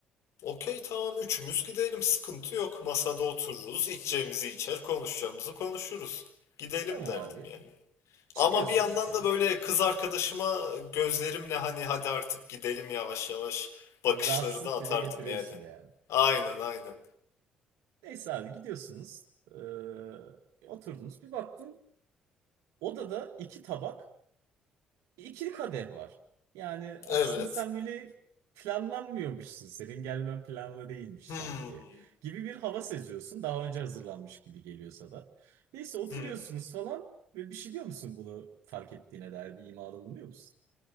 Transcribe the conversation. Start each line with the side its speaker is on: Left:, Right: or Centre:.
Left: Okey tamam üçümüz gidelim. Sıkıntı yok. Masada otururuz. içeceğimizi içer, konuşacağımızı konuşuruz. Gidelim
Right: Tamam
Left: derdim
Right: abi.
Left: yani.
Right: Çıkıyorsunuz
Left: Ama bir yandan
Right: yukarı.
Left: da böyle kız arkadaşıma gözlerimle hani hadi artık gidelim yavaş yavaş bakışları
Right: Böyle Rahatsızlık
Left: da atardım
Right: dile getiriyorsun
Left: yani.
Right: yani.
Left: Aynen aynen.
Right: Neyse abi gidiyorsunuz. Ee, oturdunuz. Bir baktın odada iki tabak, ikili kadeh var. Yani aslında
Left: Evet.
Right: sen böyle planlanmıyormuşsun. Senin gelmen planlı değilmiş
Left: Hmm.
Right: sanki. Gibi bir hava seziyorsun. Daha önce hazırlanmış gibi geliyorsa da. Neyse oturuyorsunuz
Left: Hmm.
Right: falan. Ve bir şey diyor musun bunu fark ettiğine dair bir imada bulunuyor musun?